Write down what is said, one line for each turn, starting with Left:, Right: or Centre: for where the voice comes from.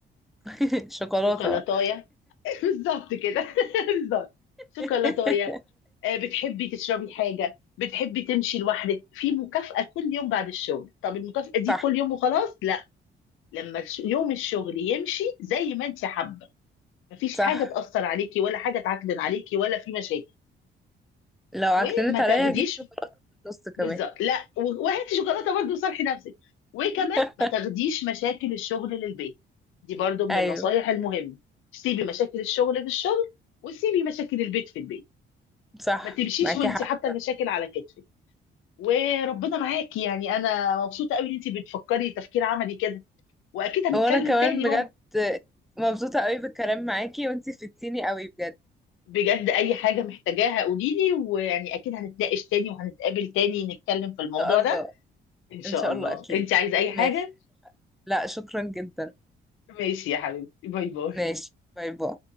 Centre: <laughs> شوكولاته
Left: شوكولاتايه
Centre: بقى
Left: <laughs> بالظبط كده <laughs> بالظبط شوكولاتايه
Centre: <laughs>
Left: آه، بتحبي تشربي حاجة بتحبي تمشي لوحدك في مكافأة كل يوم بعد الشغل طب المكافأة دي
Centre: صح
Left: كل يوم وخلاص لا لما الش- يوم الشغل يمشي زي ما انت حابة مفيش
Centre: صح
Left: حاجة تأثر عليكي ولا حاجة تعكدن عليكي ولا في مشاكل
Centre: لو عكننت
Left: وما
Centre: عليا
Left: تاخديش
Centre: هجيب شوكولاتة في النص كمان
Left: بالظبط لا و- وهاتي شوكولاتة برضه وصالحي نفسك وكمان
Centre: <laughs>
Left: ما تاخديش مشاكل الشغل للبيت دي برضه من
Centre: ايوه
Left: النصايح المهمة سيبي مشاكل الشغل في الشغل وسيبي مشاكل البيت في البيت
Centre: صح
Left: ما تمشيش
Centre: معاكي
Left: وانت
Centre: حق
Left: حاطه المشاكل على كتفك وربنا معاكي يعني انا مبسوطه قوي ان انت بتفكري تفكير عملي كده واكيد هنتكلم
Centre: وانا كمان
Left: تاني
Centre: بجد
Left: برضه
Centre: مبسوطة قوي بالكلام معاكي وانتي فدتيني قوي بجد
Left: بجد اي حاجه محتاجاها قولي لي ويعني اكيد هنتناقش تاني وهنتقابل تاني نتكلم في الموضوع
Centre: ان شاء
Left: ده
Centre: الله
Left: ان شاء
Centre: ان شاء
Left: الله
Centre: الله اكيد
Left: انت عايزه اي حاجه
Centre: ماشي لا شكرا جدا
Left: ماشي يا حبيبتي باي باي
Centre: ماشي باي باي